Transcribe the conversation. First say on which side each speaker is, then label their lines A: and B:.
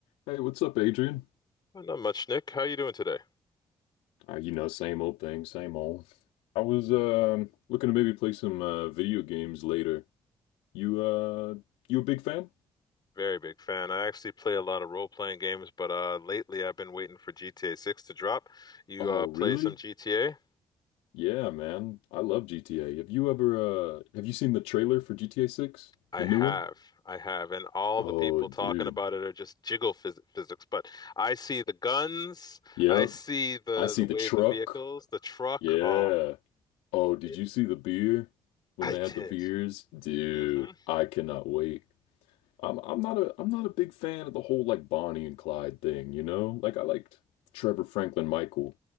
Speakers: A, on the left; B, on the left.
A: Hey, what's up, Adrian?
B: Oh, Not much, Nick. How you doing today?
A: Uh, you know, same old thing, same old. I was um looking to maybe play some uh, video games later. You uh you a big fan?
B: Very big fan. I actually play a lot of role-playing games, but uh lately I've been waiting for GTA 6 to drop. You
A: Oh,
B: uh play
A: really?
B: some GTA?
A: Yeah, man. I love GTA. Have you ever uh have you seen the trailer for GTA 6?
B: I
A: The new
B: have.
A: one?
B: I have. And all
A: Oh,
B: the people
A: dude.
B: talking about
A: <laughs>
B: it are just jiggle phys physics, but I see the guns,
A: Yep.
B: I see the
A: I see
B: the
A: the
B: way
A: truck.
B: the vehicles, the truck.
A: Yeah.
B: Oh,
A: Oh, did
B: it,
A: you see the beer? When
B: I
A: they
B: did.
A: had the beers? Dude,
B: hmm
A: I cannot wait. I'm I'm not a I'm not a big fan of the whole like Bonnie and Clyde thing, you know? Like I liked Trevor Franklin Michael.